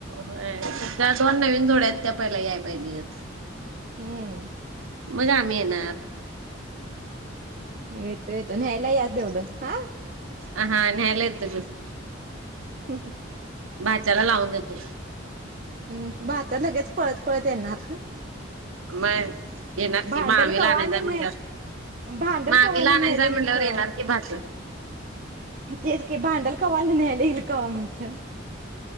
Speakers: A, on the right; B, on the right.
A: व्हय त्या दोन नवीन जोड्या आहेत त्या पहिला याय पाहिजेत.
B: हं.
A: मग आम्ही येनार.
B: येतो, येतो न्यायला या तेवढं हा.
A: अ हा न्यायला येतो बग.
B: ह ह
A: भाच्याला लावून देतो.
B: हम भाचा लगेच पळत पळत येणार.
A: मग येणार
B: भांडल
A: की मामीला
B: कवा
A: आणायचंय
B: आणि न्याय
A: म्हणल्यावर
B: भांडल
A: मामीला
B: कवा आणि
A: आणायचंय
B: न्यायला
A: म्हणल्यावर
B: ईल कवा
A: येणार की भाचं.
B: तेच की भांडल कवा आणि न्यायला ईल कवा म्हणलं.